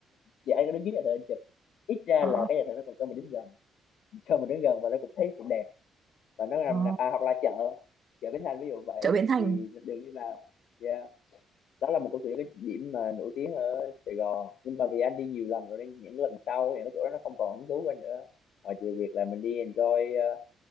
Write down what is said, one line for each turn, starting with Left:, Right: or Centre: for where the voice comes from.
Left: vậy anh có đứng dưới nhà thờ anh chụp ít ra
Right: ờ
Left: là cái nhà thờ nó còn cho mình đứng gần cho mình đứng gần và nó cũng thấy cũng đẹp và nó làm
Right: Ờ,
Left: à, hoặc là chợ chợ Bến Thành ví dụ vậy
Right: chợ Bến Thành
Left: thì đường đi vào yeah đó là một câu chuyện cái điểm mà nổi tiếng ở Sài Gòn nhưng mà vì anh đi nhiều lần rồi nên những lần sau thì cái chỗ đó nó không còn hứng thú với anh nữa ngoài trừ việc là mình đi enjoy ờ,